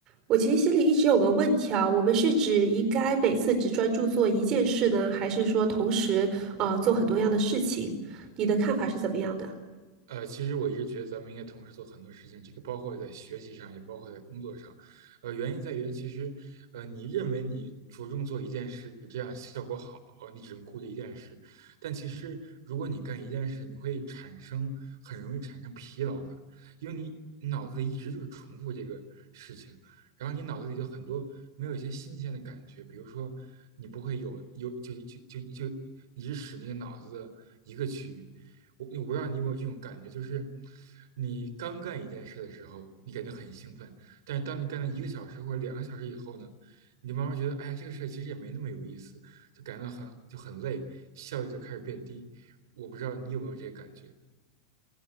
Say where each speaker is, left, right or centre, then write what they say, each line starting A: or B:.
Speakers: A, on the right; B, on the right.
A: 我其实心里一直有个问题啊，我们是指应该每次只专注做一件事呢，还是说同时啊做很多样的事情？你的看法是怎么样的？
B: 呃，其实我一直觉得咱们应该同时做很多事情，这个包括在学习上，也包括在工作上。呃，原因在于，其实，呃，你认为你着重做一件事，这样效果好，你只能顾着一件事。但其实，如果你干一件事，你会产生很容易产生疲劳感，因为你脑子里一直就是重复这个事情，然后你脑子里就很多没有一些新鲜的感觉，比如说，你不会有有就就就就你只使那个脑子的一个区域。我我不知道你有没有这种感觉，就是你刚干一件事的时候，你感觉很兴奋，但是当你干了一个小时或者两个小时以后呢，你慢慢觉得，哎呀，这个事儿其实也没那么有意思，就感到很就很累，效率就开始变低。我不知道你有没有这个感觉。